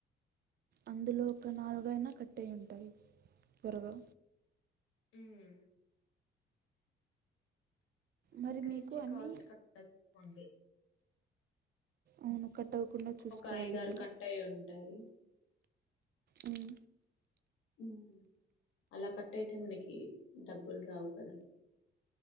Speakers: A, on the right; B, on the left.
A: అందులో ఒక నాలుగైనా కట్ అయ్యి ఉంటాయి త్వరగా
B: ఉమ్
A: మరి
B: ఇంకా
A: మీకు
B: నుంచి
A: అన్నీ
B: కాల్స్ కాట్ కోండి
A: అవును కట్ అవ్వకుండా చూసుకోవాలి
B: ఒక ఐదారు
A: నేను
B: కట్టయి ఉంటాయి
A: ఉమ్
B: ఉమ్ అలా కట్ అయితే మనకి డబ్బులు రావు కదా